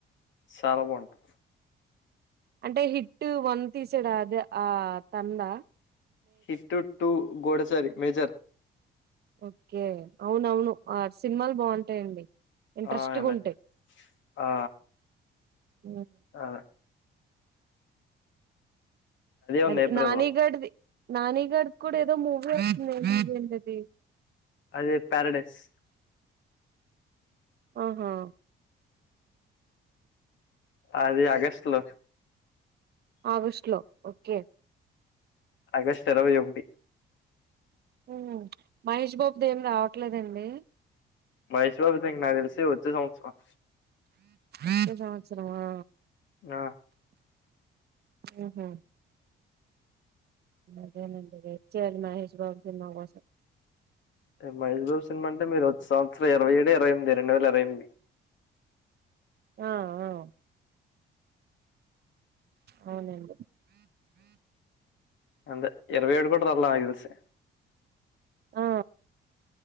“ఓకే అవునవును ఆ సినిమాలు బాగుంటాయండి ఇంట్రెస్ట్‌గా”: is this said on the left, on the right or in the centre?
Right